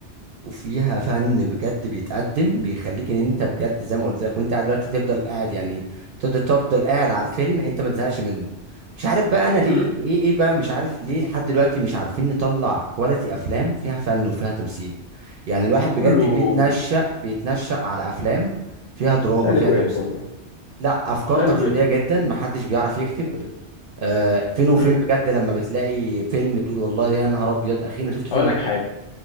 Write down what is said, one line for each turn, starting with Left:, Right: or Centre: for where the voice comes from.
Right: وفيها فن بجد بيتقدم بيخليك ان انت بجد زي ما قلت لك وانت قاعد دلوقتي تفضل قاعد يعني تفضل تفضل قاعد على الفيلم انت ما تزهقش منه مش عارف بقى انا ليه
Left: امم
Right: ايه ايه بقى مش عارف ليه لحد دلوقتي مش عارفين نطلع كواليتي افلام فيها فن وفيها تمثيل يعني الواحد
Left: لا كله
Right: بجد بيتنشأ بيتنشأ على افلام فيها دراما
Left: شقلب
Right: فيها
Left: وقلب
Right: تمثيل
Left: والله
Right: لا افكار
Left: شقلب
Right: تقليديه
Left: وقلب
Right: جدا محدش بيعرف يكتب
Left: شقلب وقلب
Right: آه فين وفين
Left: امم
Right: بجد لما بتلاقي فيلم تقول والله يا نهار ابيض اخيرا شفت
Left: هقول
Right: فيلم
Left: لك
Right: حلو
Left: حاجه